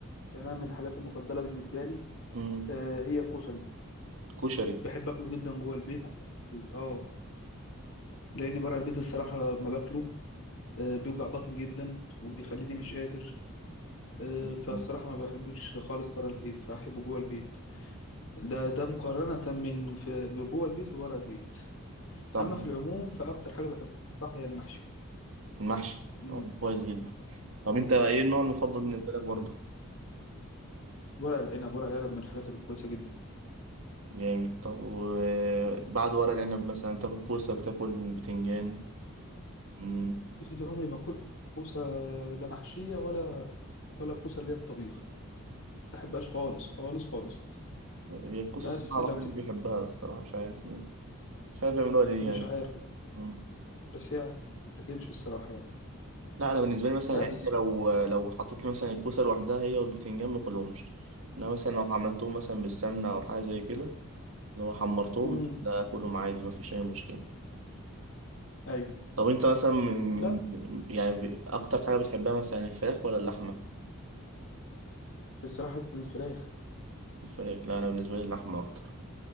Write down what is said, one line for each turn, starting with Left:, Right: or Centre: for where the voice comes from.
Left: يعني انا من الحاجات المفضله بالنسبه لي
Right: مم.
Left: آه، هي الكشري
Right: كشري
Left: بحب اكله جدا جوه البيت عن بره البيت. اه لان بره البيت الصراحه ما باكله آه، بيوجع بطني جدا وبيخليني مش قادر آه،
Right: مم.
Left: فالصراحه ما بحبوش خالص بره البيت فاحبه جوه البيت ده ده مقارنه من في جوه البيت وبره البيت
Right: طب
Left: اما في العموم فاكتر حاجه بحبها الصراحه هي المحشي
Right: المحشي
Left: امم
Right: آه، كويس جدا طب أنت إيه النوع المفضل بالنسبة لك برضه؟
Left: ورق العنب ورق العنب من الحاجات الكويسة جدا
Right: جامد طب وبعد ورق العنب مثلا بتاكل كوسة بتاكل بتنجان مم.
Left: الكوسة دي عمري ما أكل كوسة لا محشية ولا ولا كوسة اللي هي الطبيخ ما بحبهاش خالص خالص خالص
Right: هي الكوسة
Left: بس
Right: صراحة
Left: لكن
Right: محدش بيحبها الصراحة مش عارف ليه مش عارف بيعملوها ليه
Left: مش
Right: يعني
Left: عارف
Right: مم.
Left: بس هي ما تتاكلش الصراحة يعني
Right: لا أنا بالنسبة لي مثلا
Left: بس
Right: يعني أنت لو لو حطيت لي مثلا الكوسة لوحدها هي والبتنجان ماكلهمش إنما مثلا لو عملتهم مثلا بالسمنة أو حاجة زي كده لو حمرتهم
Left: مم.
Right: لا ده آكلهم عادي مفيش أي مشكلة
Left: أيوه
Right: طب أنت مثلا من
Left: لا
Right: من- يعني ب- أكتر حاجة بتحبها مثلا الفراخ ولا اللحمة؟
Left: الصراحة الفراخ
Right: الفراخ لا أنا بالنسبة لي اللحمة أكتر